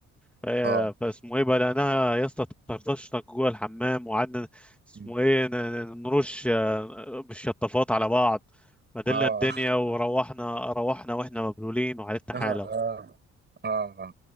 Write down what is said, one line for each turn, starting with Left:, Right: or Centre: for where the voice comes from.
Centre: فهي-
Right: اه
Centre: فاسمه ايه بلقناها يا اسطى تطرطشنا جوه الحمام وقعدنا اسمه
Right: م.
Centre: ايه ن- ن- نرش آه، بالشطافات على بعض مدلنا
Right: اه
Centre: الدنيا وروحنا روحنا واحنا مبلولين وحالتنا
Right: <laughs>
Centre: حاله
Right: اه اه